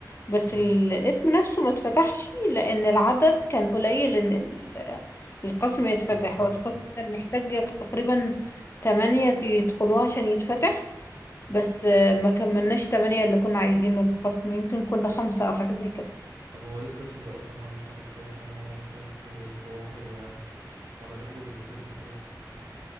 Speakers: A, on the left; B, on the right.
A: بس
B: امم
A: الاسم نفسه ما اتفتحش لأن العدد كان قليل إن ال- القسم يتفتح
B: اه
A: والقسم كان محتاج تقريبا تمانية يدخلوه عشان يتفتح بس آه، ما كملناش تمانية اللي كنا عايزين القسم يمكن كنا خمسة أو حاجة زي كده
B: طب هو ليه القسم ده اصلا معلوش عدد كده طالما هو مثلا انت حلو وانت هو حلو يعني ولا ده حلو بالنسبة لك انت بس